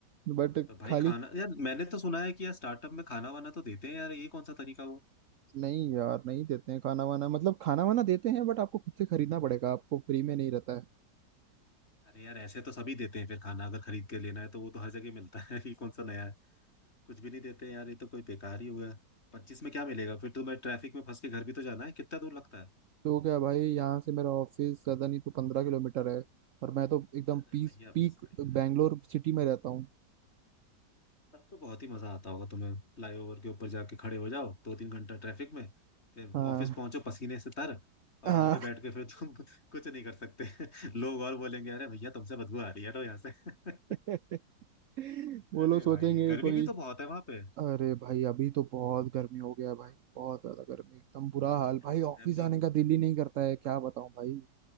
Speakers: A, on the right (about 70°); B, on the left (about 35°).
A: बट
B: तो भाई
A: खाली
B: खाना यार मैंने तो सुना है कि यार स्टार्टअप में खाना वाना तो देते हैं यार ये कौन सा तरीका हुआ
A: नहीं यार नहीं देते हैं खाना वाना मतलब खाना वाना देते हैं बट आपको खुद से खरीदना पड़ेगा आपको फ्री में नहीं रहता है
B: अरे यार ऐसे तो सभी देते हैं फिर खाना अगर खरीद के लेना है तो वो तो हर जगह मिलता है <laughs> ये कौन सा नया है कुछ भी नहीं देते हैं यार ये तो कोई बेकार ही हुआ पच्चीस में क्या मिलेगा फिर तो मैं ट्रैफिक में फंस के घर भी तो जाना है कितना दूर लगता है
A: तो क्या भाई यहाँ से मेरा ऑफिस ज्यादा नहीं तो पंद्रह किलोमीटर है और मैं तो एकदम
B: अरे
A: पीस
B: भैया
A: पीक
B: बस बढ़िया
A: बैंगलोर
B: है
A: सिटी में रहता हूँ
B: तब तो बहुत ही मजा आता होगा तुम्हें फ्लाईओवर के ऊपर जाके खड़े हो जाओ दो तीन घंटा ट्रैफिक में फिर
A: हाँ
B: ऑफिस पहुंचो पसीने से तर और
A: हाँ
B: वहां पे बैठ के फिर तुम <laughs> कुछ नहीं कर सकते <laughs> लोग और बोलेंगे अरे भैया तुमसे बदबू आ रही है तो यहाँ से
A: <laughs>
B: <laughs>
A: वो
B: अरे
A: लोग सोचेंगे
B: भाई गर्मी
A: कोई
B: भी तो बहुत है वहां पे
A: अरे भाई अभी तो बहुत गर्मी हो गया है भाई बहुत ज्यादा गर्मी एकदम बुरा हाल
B: अरे यार
A: भाई ऑफिस
B: ट्रैवलिंग
A: आने का दिल ही नहीं करता है क्या बताऊं भाई